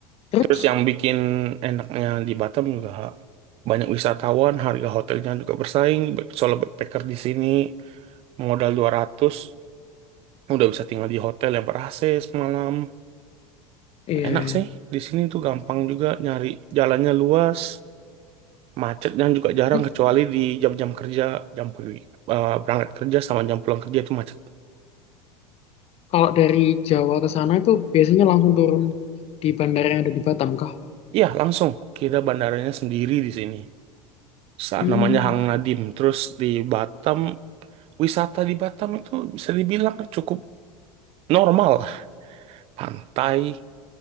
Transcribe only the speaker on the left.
Terus,
iya.
iya.
Ini
Kalau dari Jawa ke sana itu biasanya langsung turun di bandara yang ada di Batam kah?
Hmm.